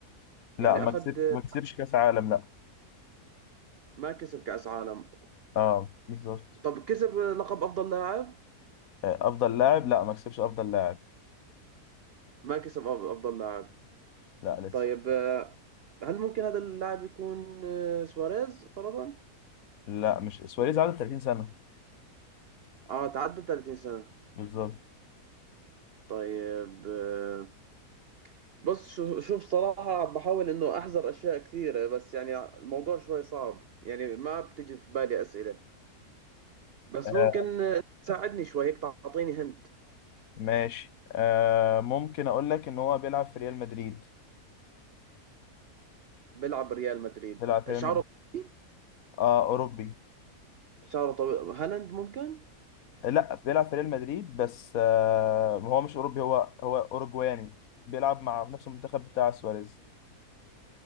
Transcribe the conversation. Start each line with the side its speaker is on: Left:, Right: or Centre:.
Left: لا
Right: يعني
Left: ما
Right: أخذ
Left: كسب ما كسبش كأس عالم لا
Right: ما كسب كأس عالم
Left: اه بالظبط
Right: طب كسب لقب أفضل لاعب
Left: آه أفضل لاعب لا ما كسبش أفضل لاعب
Right: ما كسب أف- أفضل لاعب
Left: لا لسه
Right: طيب آه، هل ممكن هذا اللاعب يكون آه، سواريز فرضا
Left: لا مش سواريز عدى 30 سنة
Right: آه تعدى 30 سنة
Left: بالظبط
Right: طيب آه، بص شو- شوف صراحة عم بحاول إنه أحذر أشياء كثيرة بس يعني الموضوع شوي صعب يعني ما بتجي في بالي أسئلة بس
Left: آه
Right: ممكن آه، تساعدني شوي هيك تعطيني هنت
Left: ماشي آه ممكن أقول لك إن هو بيلعب في ريال مدريد
Right: بيلعب بريال مدريد
Left: بيلعب في ريال
Right: شعره
Left: مدريد
Right: طويل
Left: اه اوروبي
Right: شعره طويل هالاند ممكن
Left: لا بيلعب في ريال مدريد بس آه هو مش اوروبي هو هو اوروجواني بيلعب مع نفس المنتخب بتاع سواريز